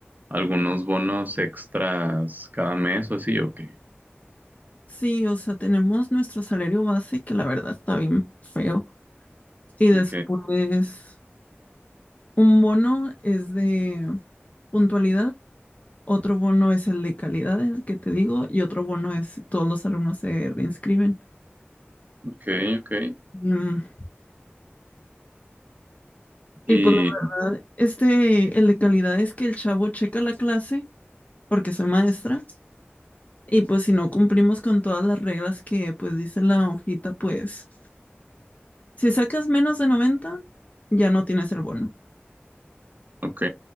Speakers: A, on the right; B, on the left.
A: algunos bonos extras cada mes o así, ok.
B: sí, o sea, tenemos nuestro salario base, que la verdad está bien feo. Y después
A: Ok,
B: Un bono es de puntualidad, otro bono es el de calidad, el que te digo, y otro bono es si todos los alumnos se reinscriben.
A: ok, ok.
B: Mm,
A: Y,
B: Y pues la verdad, este, el de calidad es que el chavo checa la clase, porque soy maestra, y pues si no cumplimos con todas las reglas que pues dice la hojita, pues si sacas menos de 90 ya no tienes el bono.
A: ok,